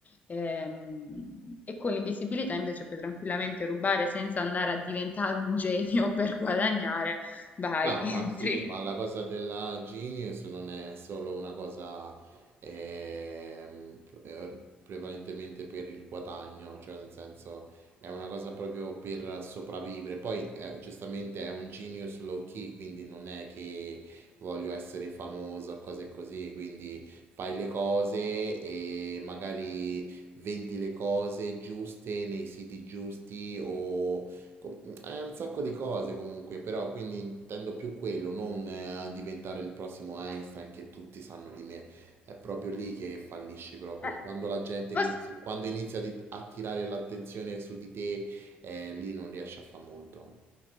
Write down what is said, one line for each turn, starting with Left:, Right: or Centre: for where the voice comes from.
Left: Ehm, E, con l'invisibilità invece puoi tranquillamente rubare senza andare a diventare un genio <laughs> per guadagnare. Vai,
Right: No,
Left: <laughs> entri.
Right: ma sì, ma la cosa della Genius non è solo una cosa ehm, eh, prevalentemente per il guadagno, cioè nel senso è una cosa proprio per sopravvivere. Poi eh, giustamente è un Genius low key, quindi non è che voglio essere famoso o cose così, quindi fai le cose e magari vendi le cose giuste nei siti giusti o Com- È un sacco di cose comunque, però quindi intendo più quello, non eh, diventare il prossimo Einstein che tutti sanno di me. È proprio lì che fallisci proprio.
Left: Eh,
Right: Quando la gente
Left: posso-
Right: inizi- quando inizia a di- a tirare l'attenzione su di te, eh, lì non riesci a fare molto.